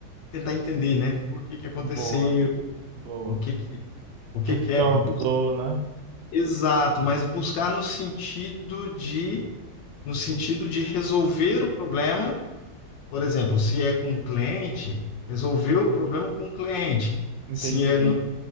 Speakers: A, on the left; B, on the right.
A: tentar entender, né? Por que que aconteceu,
B: boa, boa.
A: o que que, o
B: O
A: que
B: que
A: que
B: que causou,
A: é. Bus-
B: né?
A: Exato, mas buscar no sentido de no sentido de resolver o problema, por exemplo, se é com um cliente, resolver o problema com o cliente.
B: Entendi.
A: Se é no-